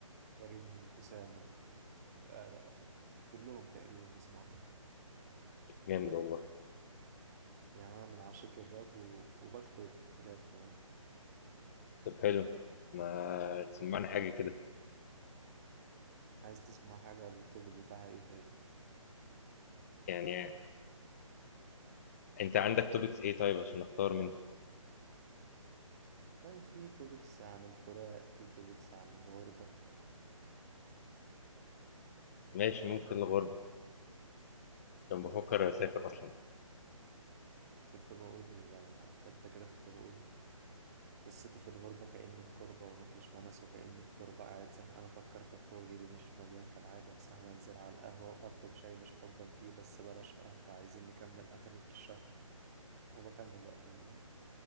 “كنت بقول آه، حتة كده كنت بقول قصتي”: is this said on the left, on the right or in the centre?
Right